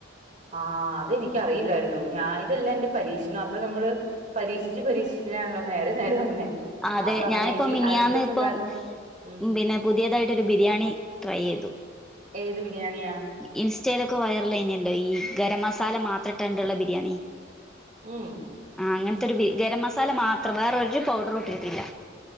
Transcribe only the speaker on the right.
ആഹ് അതെനിക്ക് അറിയില്ലായിരുന്നു ഞാൻ ഇതെല്ലാം എന്റെ പരീക്ഷണവാ അപ്പൊ നമ്മള് പരീക്ഷിച്ച് പരീക്ഷിച്ചട്ടാണല്ലോ നേരെ നേരെ വന്നേ
അപ്പൊ അന്ന്
ഇനി
അടുത്ത ദിവസം
ഉണ്ടാക്കും ഉം
ഏത് ബിരിയാണിയാ
ഉം